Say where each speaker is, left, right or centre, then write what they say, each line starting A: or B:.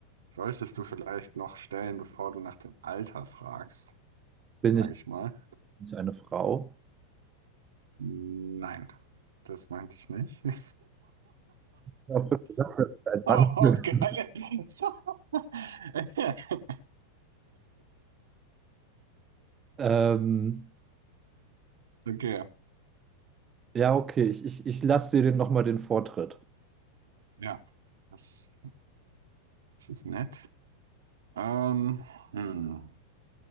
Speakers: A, on the right; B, on the right.
A: solltest du vielleicht noch stellen, bevor du nach dem Alter fragst,
B: Bin
A: sage
B: ich
A: ich mal.
B: nicht eine Frau?
A: Nein, das meinte ich nicht. <laughs>
B: Ich habe gesagt, dass ich ein Mann
A: Oh,
B: bin.
A: geil. <laughs>
B: Ähm,
A: Okay,
B: ja, okay. Ich, ich, ich lasse dir den nochmal den Vortritt.
A: ja, das, das ist nett. Ähm, hm.